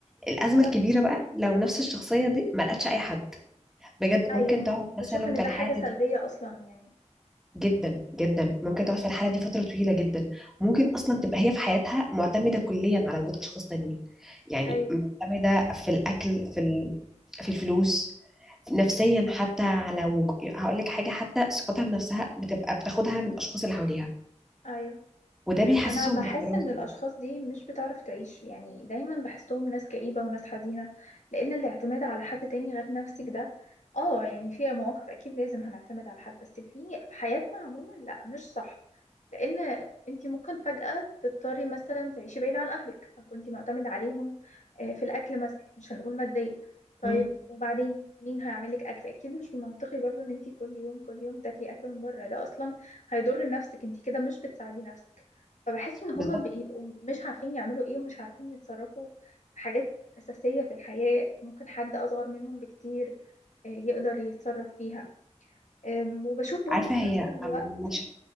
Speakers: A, in the centre; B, on the left.
A: الازمه
B: انا
A: الكبيره
B: ب...
A: بقى لو نفس الشخصيه دي ما لقتش اي حد بجد
B: ايوه
A: ممكن تقعد مثلا
B: بشوف ان
A: في
B: ده
A: الحاله
B: حاجة سلبية
A: دي
B: اصلا يعني
A: جدا جدا ممكن تقعد في الحالة دي فترة طويلة جدا ممكن أصلا تبقى هي في حياتها معتمدة كليا على وجود أشخاص تانيين يعني
B: ايوه
A: معتمدة في الأكل في ال... في الفلوس نفسيا حتى على وج... هقول لك حاجة حتى ثقتها بنفسها بتبقى بتاخدها من الأشخاص اللي حواليها
B: ايوه
A: وده بيحسسهم
B: انا بحس
A: بالفراغ
B: ان الاشخاص
A: كده.
B: دي مش بتعرف تعيش يعني دايما بحسهم ناس كئيبة وناس حزينة لان الاعتماد على حد تاني غير نفسك ده اه يعني في مواقف اكيد لازم هنعتمد على حد بس في في حياتنا عموما لا مش صح لان انتي ممكن فجأة تضطري مثلا تعيشي بعيد عن اهلك فكنتي معتمدة عليهم آه، في الاكل مثلا مش هنقول ماديا طيب
A: مم.
B: وبعدين مين هيعملك اكل اكيد مش من منطقي برضو ان انتي كل يوم كل يوم تاكلي اكل من بره ده اصلا هيضر نفسك انتي كده مش بتساعدي نفسك فبحس ان هما
A: بالظبط
B: بيبقوا مش عارفين يعملوا ايه ومش عارفين يتصرفوا في حاجات اساسية في الحياة ممكن حد اصغر منهم بكتير آه، يقدر يتصرف فيها أم، وبشوف برضو
A: عارفة
B: في
A: هي
B: نفس الوقت
A: أم- مش